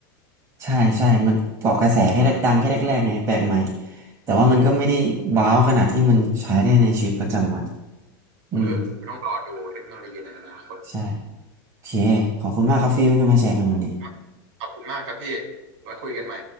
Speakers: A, on the right; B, on the right.
A: ใช่ใช่ มันเกาะกระแสแค่ดังแค่แรกๆไงแปลกใหม่แต่ว่ามันก็ไม่ได้ว้าวขนาดที่มันใช้ได้ในชีวิตประจำวัน
B: ๆเออต้องรอดูเทคโนโลยีในอนาคต
A: อืมใช่โอเคขอบคุณมากครับฟิลที่มาแชร์กันวันนี้
B: ครับขอบคุณมากครับพี่ไว้คุยกันใหม่